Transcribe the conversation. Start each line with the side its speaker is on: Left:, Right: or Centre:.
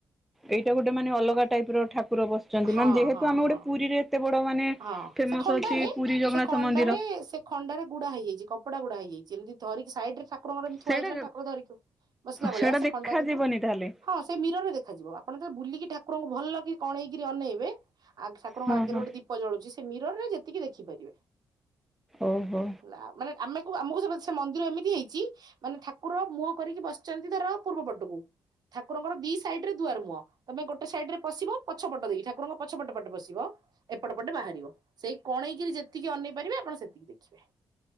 Centre: ଏଇଟା ଗୋଟେ ମାନେ ଅଲଗା ଟାଇପ ର ଠାକୁର ବସିଛନ୍ତି।
Right: ହଁ
Centre: ମାନେ ଯେହେତୁ
Right: ହଁ
Centre: ଆମେ ଗୋଟେ
Right: ହଁ
Centre: ପୁରୀରେ ଏତେ ବଡ ମାନେ
Right: ହଁ
Centre: ଫେମସ
Right: ସେ ଖଣ୍ଡାରେ
Centre: ଅଛି ପୁରୀ ଜଗନ୍ନାଥ
Right: ସେ ଖଣ୍ଡାରେ
Centre: ମନ୍ଦିର।
Right: ସେ ଖଣ୍ଡାରେ ଗୁଡା ହେଇଯାଇଛି କପଡା ଗୁଡା ହେଇଯାଇଛି ଏମତି ଧରିକି ସାଇଡରେ ଠାକୁରଙ୍କର ଏମିତି ଥୁଆ
Centre: ସେଇଟା
Right: ହେଇଛି ମାନେ ଠାକୁର ଧରିକି ବସିଲା ଭଳିଆ
Centre: ସେଇଟା
Right: ସେ
Centre: ଦେଖାଯିବନି
Right: ଖଣ୍ଡା କିନ୍ତୁ
Centre: ତାହେଲେ।
Right: ହଁ ସେଇ ମୀରରେ ଦେଖାଯିବ ଆପଣ ଯେତବେଳେ ବୁଲିକି ଠାକୁରଙ୍କୁ ଭଲ କିରି କଣେଇକରି ଅନେଇବେ ଆ ଠାକୁରଙ୍କ
Centre: ହଁ
Right: ଆଗରେ
Centre: ହଁ।
Right: ଗୋଟେ ଦୀପ ଜଳୁଛି ସେ ମିର ରେ ଯେତିକି ଦେଖିପାରିବେ।
Centre: ଓହୋ
Right: ହେଲା ମାନେ ଆମେକୁ ଆମକୁ ସେ ମନ୍ଦିର ଏମିତି ହେଇଛି ମାନେ ଠାକୁର ମୁହଁ କରିକି ବସିଛନ୍ତି ତାର ପୂର୍ବ ପଟକୁ। ଠାକୁରଙ୍କର ଦି ସାଇଡ ରେ ଧୁଆର ମୁହଁ। ତମେ ଗୋଟେ ସାଇଡ ରେ ପଶିବ ପଛପଟ ଦେଇକି ଠାକୁରଙ୍କ ପଛପଟ ପଟେ ପସିବ ଏପଟ ପଟେ ବାହାରିବ ସେଇ କଣେଇକିରି ଯେତିକି ଅନେଇ ପାରିବେ ଆପଣ ସେତିକି ଦେଖିବେ।